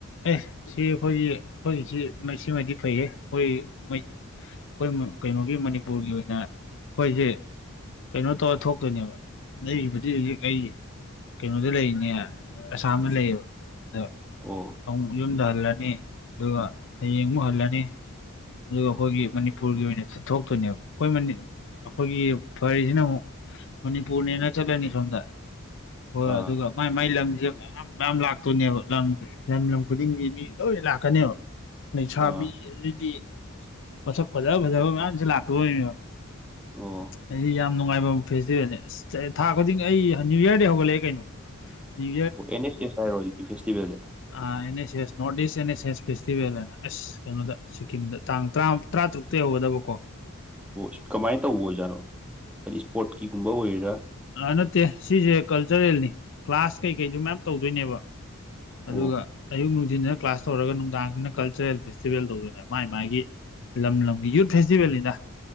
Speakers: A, on the left; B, in the centre.
A: ꯑꯦꯁ ꯁꯤ ꯑꯩꯈꯣꯏꯒꯤ ꯑꯩꯈꯣꯏꯒꯤ ꯁꯤ ꯁꯤꯃꯗꯤ ꯐꯩꯌꯦ ꯑꯩꯈꯣꯏꯒꯤ ꯃꯩꯇꯩ ꯑꯩꯈꯣꯏ ꯀꯩꯅꯣꯒꯤ ꯃꯅꯤꯄꯨꯔꯒꯤ ꯑꯣꯏꯅ ꯑꯩꯈꯣꯏꯁꯦ ꯀꯩꯅꯣ ꯇꯧꯔ ꯊꯣꯛꯇꯣꯏꯅꯦꯕ ꯂꯩꯈꯤꯕꯗꯤ ꯍꯧꯖꯤꯛ ꯑꯩꯒꯤ ꯀꯩꯅꯣꯗ ꯂꯩꯅꯦ ꯑꯁꯥꯝꯗ ꯂꯩꯌꯦꯕ ꯑꯗ
B: ꯑꯣ
A: ꯑꯃꯨꯛ ꯌꯨꯝꯗ ꯍꯜꯂꯅꯤ ꯑꯗꯨꯒ ꯍꯌꯦꯡꯃꯨꯛ ꯍꯜꯂꯅꯤ ꯑꯗꯨꯒ ꯑꯩꯈꯣꯏꯒꯤ ꯃꯅꯤꯄꯨꯔꯒꯤ ꯑꯣꯏꯅ ꯆꯠ ꯊꯣꯛꯇꯣꯏꯅꯦꯕ ꯑꯩꯈꯣꯏ ꯃꯅꯤ ꯑꯩꯈꯣꯏꯒꯤ ꯐꯔꯤꯁꯤꯅ ꯑꯃꯨꯛ ꯃꯅꯤꯄꯨꯔꯅꯦꯅ ꯆꯠꯂꯅꯤ ꯁꯣꯝꯗ ꯍꯣꯏ
B: ꯑꯥ
A: ꯑꯗꯨꯒ ꯃꯥꯏ ꯃꯥꯏ ꯂꯝꯁꯦ ꯑꯃꯨꯛ ꯌꯥꯝ ꯌꯥꯝ ꯂꯥꯛꯇꯣꯏꯅꯦꯕ ꯂꯝ ꯂꯝ ꯈꯨꯗꯤꯡꯒꯤ ꯃꯤ ꯂꯣꯏ ꯂꯥꯛꯀꯅꯤꯕ ꯂꯩꯁꯥꯕꯤ
B: ꯑꯥ
A: ꯑꯗꯨꯗꯩꯗꯤ ꯃꯁꯛ ꯐꯖꯕ ꯐꯖꯕ ꯃꯌꯥꯝꯁꯦ ꯂꯥꯛꯀꯗꯣꯏꯅꯦꯕ
B: ꯑꯣ
A: ꯑꯩꯗꯤ ꯌꯥꯝ ꯅꯨꯡꯉꯥꯏꯕ ꯐꯦꯁꯇꯤꯚꯦꯜꯅꯦ ꯑꯥ ꯊꯥ ꯈꯨꯗꯤꯡ ꯑꯩ ꯅ꯭ꯌꯨ ꯌꯤꯌꯔ ꯗꯩ ꯍꯧꯒꯠꯂꯛꯑꯦ ꯀꯩꯅꯣ ꯅ꯭ꯌꯨ
B: ꯑꯦꯟ ꯑꯦꯁ ꯑꯦꯁ ꯍꯥꯏꯔꯣ ꯍꯧꯖꯤꯛ ꯐꯦꯁꯇꯤꯚꯦꯜꯁꯦ
A: ꯑꯥ N S S north east N S S ꯐꯦꯁꯇꯤꯚꯦꯜꯅ ꯍꯥꯏꯅ ꯑꯁ ꯀꯩꯅꯣꯗ ꯁꯤꯀꯤꯝꯗ ꯇꯥꯡ ꯇꯔꯥ ꯇꯔꯥ ꯇꯔꯨꯛꯇꯩ ꯍꯧꯒꯗꯕ ꯀꯣ
B: ꯑꯣ ꯀꯃꯥꯏꯅ ꯇꯧꯕ ꯑꯣꯏꯖꯥꯠꯅꯣ ꯍꯥꯏꯗꯤ ꯁ꯭ꯄꯣꯔꯠꯀꯤꯒꯨꯝꯕ ꯑꯣꯏꯔꯤꯔꯥ
A: ꯑꯥ ꯅꯠꯇꯦ ꯁꯤꯁꯦ ꯀꯜꯆꯔꯦꯜꯅꯤ ꯀ꯭ꯂꯥꯁ ꯀꯩꯀꯩꯁꯨ ꯃꯌꯥꯝ ꯇꯧꯗꯣꯏꯅꯦꯕ
B: ꯑꯣ
A: ꯑꯗꯨꯒ ꯑꯌꯨꯛ ꯅꯨꯡꯊꯤꯟꯗꯅ ꯀ꯭ꯂꯥꯁ ꯇꯧꯔꯒ ꯅꯨꯡꯗꯥꯡꯗꯅ ꯀꯜꯆꯔꯦꯜ ꯐꯦꯁꯇꯤꯚꯦꯜ ꯇꯧꯗꯣꯏꯅꯦ ꯃꯥꯏ ꯃꯥꯏ ꯃꯥꯒꯤ ꯂꯝ ꯂꯝꯒꯤ ꯌꯨꯠ ꯐꯦꯁꯇꯤꯚꯦꯜꯅꯤꯗ